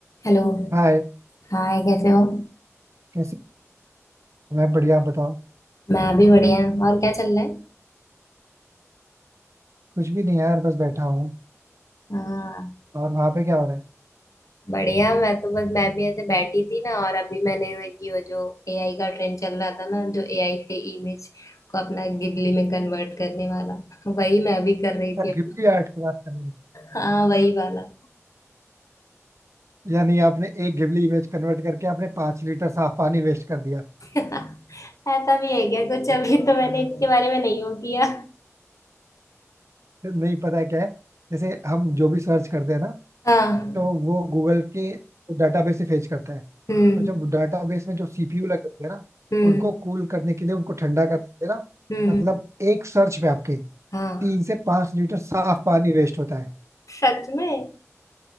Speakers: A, on the left; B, on the right.
A: Hello
B: हाय
A: Hi कैसे हो
B: कैसे मैं बढ़िया आप बताओ
A: मैं भी बढ़िया और क्या चल रहा है
B: कुछ भी नहीं यार बस बैठा हूँ
A: हाँ
B: और वहां पे क्या हो रहा है
A: बढ़िया मैं तो बस मैं भी ऐसे बैठी थी ना और अभी मैंने ये वो जो एआई का ट्रेंड चल रहा था ना जो एआई से इमेज को अपना गिबली में कन्वर्ट करने वाला <laughs> वही मैं भी कर रही
B: यार,
A: थी अपना
B: घिबली आर्ट की बात कर रहे हैं।
A: हाँ वही वाला
B: या नहीं आपने एक घिबली इमेज कन्वर्ट करके आपने पांच लीटर साफ पानी वेस्ट कर दिया
A: <laughs> ऐसा भी है क्या कुछ अभी तो मैंने इसके बारे में नहीं वो किया
B: फिर नहीं पता है क्या है जैसे हम जो भी सर्च करते हैं ना
A: हाँ
B: तो वो गूगल के डाटाबेस से फेच करता है
A: हम्म
B: तो जब डाटाबेस में जो सीपीयू लगे होते हैं ना
A: हम्म
B: उनको कूल करने के लिए उनको ठंडा करने के लिए ना
A: हम्म
B: मतलब एक सर्च पे आपके
A: हाँ
B: तीन से पांच लीटर साफ पानी वेस्ट होता है
A: सच में